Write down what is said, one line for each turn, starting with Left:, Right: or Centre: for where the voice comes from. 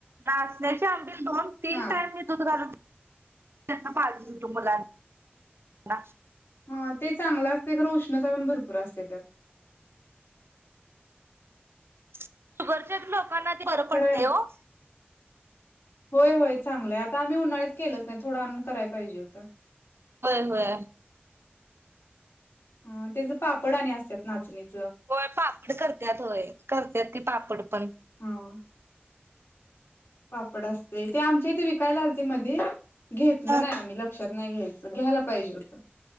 Right: नाचण्याची आंबील. दोन-तीन
Left: हा
Right: टाइम मी दूध घालून. त्यां पाजत होतो मुलांना. ना.
Left: हा ते चांगलं असतय. उष्णता पण भरपूर असते त्यात.
Right: शुगरच्या लोकांना. बरं पडतय
Left: खरंय
Right: ओ.
Left: होय होय चांगलंय आता आम्ही उन्हाळ्यात केलंच नाही थोडं आणून कराय पाहिजे होतं.
Right: होय होय.
Left: ह त्याच पापड आणि असत्यात नाचणीच.
Right: होय पापड करत्यात होय करत्यात की पापड पण.
Left: हा पापड असते ते आमच्या इथे विकायला आलती मधी... घेतलं
Right: हा
Left: नाही आम्ही. तर नाही घ्यायच घ्यायला पाहिजे होत.